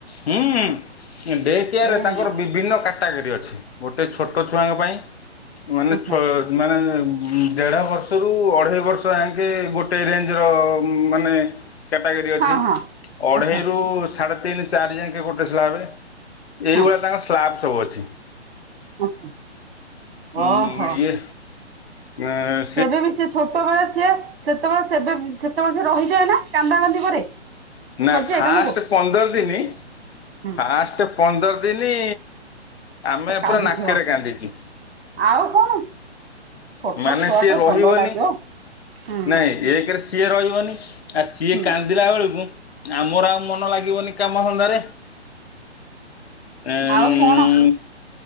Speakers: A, on the left (about 65°); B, on the right (about 55°).
A: ହୁଁ ଡେ କେୟାରେ
B: ଏ
A: ତାଙ୍କର
B: ମା
A: ବିଭିନ୍ନ କା କ୍ୟାଟାଗୋରି ଅଛି ଗୋଟେ ଛୋଟ ଛୁଆଙ୍କ ପାଇଁ ମାନେ
B: ଆଚ୍ଛା
A: ମାନେ ଉଁ ଦେଢ ବର୍ଷରୁୁ ଅଢେଇ ବର୍ଷ ଆକେ ଗୋଟେ ରେଞ୍ଜ ର ମାନେ କ୍ୟାଟାଗୋରୀ ଅଛି
B: ହଁ ହଁ।
A: ଅଢ଼େଇରୁ
B: ଆଚ୍ଛା
A: ସାଢ଼େ ତିନି ଚାରି ଯାକେ ଗୋଟେ ସ୍ଲାବେ। ଏଇଭଳିଆ
B: ହଁ
A: ତାଙ୍କର ସ୍ଲାବ ସବୁ ଅଛି
B: ଆଚ୍ଛା
A: ଉଁ
B: ଓହୋ
A: ଇଏ। ଏଁ
B: ସେବେ ବି ସେ ଛୋଟ ବେଳେ ସିଏ ସେତେବେଳେ ସେ ସେତେବେଳେ ସିଏ ରହିଯାଏ ନା କାନ୍ଦା କାନ୍ଦି କରେ?
A: ନା
B: ଖୋଜେ
A: ଫାଷ୍ଟ
B: ତମକୁ?
A: ପନ୍ଦର ଦିନ
B: ହୁଁ
A: ଫାଷ୍ଟ ପନ୍ଦର ଦିନି ଆମେ
B: କାନ୍ଦିଥିବ
A: ପୁରା ନାକରେ କାନ୍ଦିଛୁ।
B: ଆଉ କଣ। ଛୋଟ
A: ମାନେ
B: ଛୁଆଟେ
A: ସିଏ ରହିବନି
B: ଭଲ ଲାଗିବ। ହୁଁ
A: ନାଇଁ ଏକରେ ସିଏ ରହିବନି ଆଉ ସିଏ
B: ହୁଁ
A: କାନ୍ଦିଲା ବେଳକୁ ଆମର ଆଉ ମନ ଲାଗିବନି। କାମ ଧନ୍ଦା ରେ ଏଁ ଉଁ
B: ଆଉ କଣ?